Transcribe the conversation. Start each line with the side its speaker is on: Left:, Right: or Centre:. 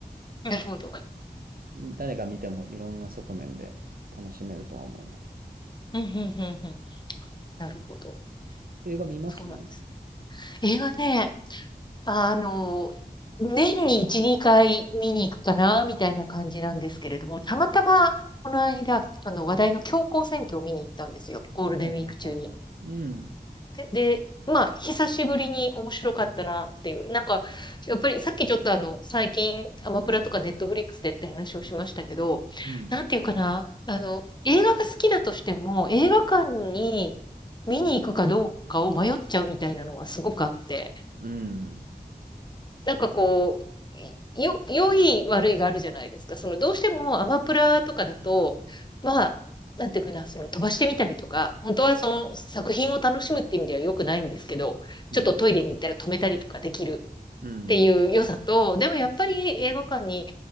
Left: なるほど。
Right: なんか誰が見てもいろんな側面で楽しめるとは思います。
Left: うん、うん、うん、うん。なるほど。
Right: 映画見ますは
Left: そうなんです。映画ね、あの、年に1、2回見に行くかな、みたいな感じなんですけれども、たまたま、この間、あの、話題の教皇選挙を見に行ったんですよ。ゴールデンウィーク中に。
Right: いはいはいはい。うん、
Left: で、でまあ、久しぶりに面白かったなっていう。なんか、やっぱりさっきちょっとあの、最近、アマプラとかネットフリックスでって話をしましたけど、
Right: うん、
Left: なんていうかな、あの、映画が好きだとしても、映画館に見に行くかどうかを迷っちゃうみたいなのはすごくあって。
Right: うん、
Left: なんかこう、よ、良い悪いがあるじゃないですか。その、どうしてもアマプラとかだと、まあ、なんていうかな、その飛ばしてみたりとか、本当はその作品を楽しむっていう意味では良くないんですけど、
Right: うん、
Left: ちょっとトイレに行ったら止めたりとかできる
Right: うん、
Left: っていう良さと、
Right: うん、
Left: でもやっぱり映画館に